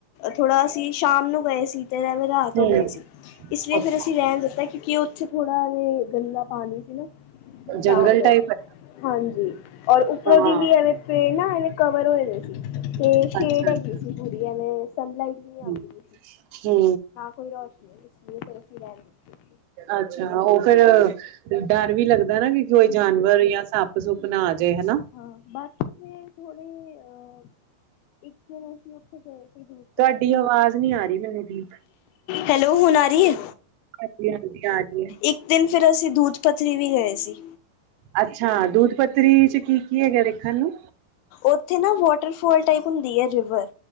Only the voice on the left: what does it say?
ਥੋੜਾ ਅਸੀਂ ਸ਼ਾਮ ਨੂੰ ਗਏ ਸੀ, ਤੇ ਐਵੇਂ ਰਾਤ
ਹੋ ਗਈ ਸੀ, ਇਸ ਲਈ
ਫੇਰ ਅਸੀਂ ਰਹਿਨ ਦਿੱਤਾ, ਕਿਉਂਕਿ ਉੱਥੇ ਥੋੜਾ ਓ ਗੰਦਾ ਪਾਨੀ ਸੀ ਨਾ, ਤਾਂ
ਫੇਰ
ਹਾਂਜੀ। ਔਰ ਉੱਪਰੋਂ
ਦੀ ਵੀ ਐਵੇਂ ਪੇੜ ਨਾ ਇਵੇ ਕਵਰ ਹੋਏ ਦੇ ਸੀ, ਤੇ ਸ਼ੇਡ
ਹੈਗੀ
ਸੀ ਪੂਰੀ ਐਵੇਂ-ਐਵੇ ਸਨਲਾਈਟ ਵੀ ਨੀ ਆਂਦੀ--ਆਂਦੀ।
ਕੋਈ ਰੋਸ਼ਨੀ ਇਸ ਵੀ ਤਰਫ ਵੀ ਰੈਨ ਦਿਤੀ।
ਹਾਂ, ਬਾਕੀ ਫੇਰ ਥੋੜੇ ਅ ਏਕ ਦਿਨ ਅਸੀਂ ਉੱਥੇ ਗਏ ਸੀ ਦੂਰ-
ਹੈਲੋ, ਹੁਨ ਆ ਰਹੀ ਏ।
ਇੱਕ ਦਿਨ ਫੇਰ ਅਸੀਂ ਦੂਥ ਪੱਥਰੀ ਵੀ ਗਏ ਸੀ।
ਉੱਥੇ ਨਾ ਵਾਟਰਫੋਲ ਟਾਈਪ ਹੁੰਦੀ ਏ, ਰਿਵਰ